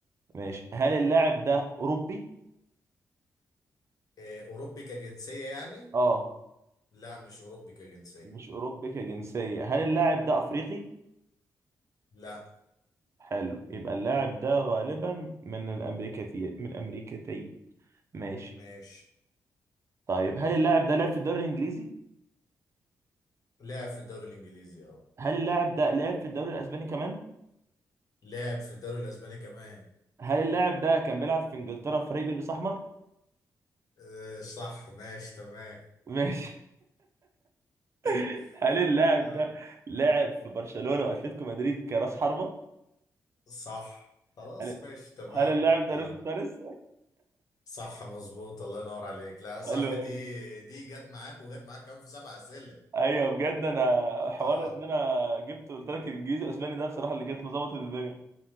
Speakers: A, on the right; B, on the left.
A: ماشي هل اللاعب ده اوروبي
B: آه، اوروبي كجنسية يعني
A: اه
B: لا مش اوروبي كجنسية
A: مش اوروبي كجنسيه هل اللاعب ده افريقي
B: لا
A: حلو يبقى اللاعب ده غالبا من الامريكتي من الامريكتين ماشي
B: ماشي
A: طيب هل اللاعب ده لعب في الدوري الانجليزي
B: لعب في الدوري الانجليزي اه
A: هل اللاعب ده لعب في الدوري الاسباني كمان
B: لعب في الدوري الاسباني كمان
A: هل اللاعب ده كان بيلعب في انجلترا في فريق بيلبس احمر
B: أه صح ماشي تمام
A: ماشي
B: <laughs>
A: <laughs> هل اللاعب
B: أه
A: ده لعب في برشلونة واتلتيكو مدريد كراس حربة
B: صح خلاص
A: هل
B: ماشي تمام
A: هل اللاعب ده
B: أه
A: لويس سواريز
B: صح مظبوط الله ينور عليك لا صح
A: حلو أوي.
B: دي دي جت معاك وجت معاك كمان في سبع اسئله
A: ايوه بجد انا حوار
B: اه
A: ان انا جبت قلت لك انجليزي واسباني ده بصراحة اللي جت مظبط الدنيا